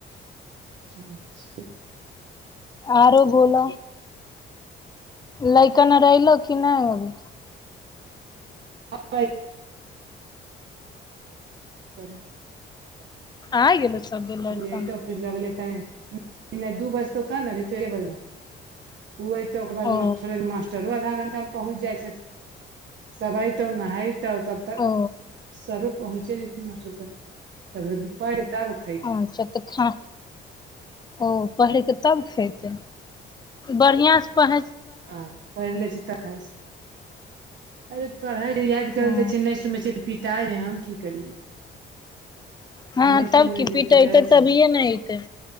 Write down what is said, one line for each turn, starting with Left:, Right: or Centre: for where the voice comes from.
Right: अचा
Left: आरो बोल लैकन रहिल की नहि
Right: आ स <inaudible>
Left: आय गेल सब लड़का
Right: अयतौ फिर लगल लेता ने दू बजत ने बना ओ ते ओकर
Left: ओ
Right: बाद थोड़े मास्टरो आधा घण्टा पहुँच जाइ छथि सब आइतौ नहतौ तब तक
Left: ओ
Right: सरूप पहुँचे जेते मास्टरटर साहब पढ़ के
Left: अच्छा त खा ओ पहिर क तब खेत बढ़िया सँ पढ़े
Right: हँ पढ़ लेछी तखन से अरे पढ़े याद करल
Left: ओ
Right: दै छै नहि सुनै छियै त पिटाई हम की करि
Left: हँ
Right: नहि
Left: तब
Right: सुनबै
Left: की
Right: छै
Left: पिटेतै
Right: पिटाइ
Left: तभिए
Right: छै
Left: ने अयतै